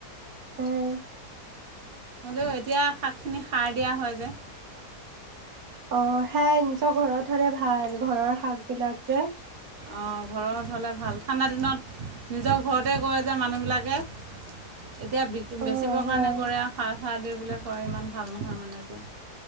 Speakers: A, on the right; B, on the right.
A: উম
B: হলেও এতিয়া শাক খিনি সাৰ দিয়া হয় যে
A: অ সেইয়াই নিশ্চয় ত ঘৰত হ'লে ভাল ঘৰৰ শাক সেইবিলাকযে
B: অঁ ঘৰত হ'লে ভাল ঠাণ্ডা দিনত নিজৰ ঘৰতে কয় যে মানুহবিলাকে এতিয়া বেচিবৰ
A: অ হয়
B: কাৰণে কৰে আৰু সাজ কঠা দি বোলে কয় ইমান ভাল নহয় মানে এতিয়া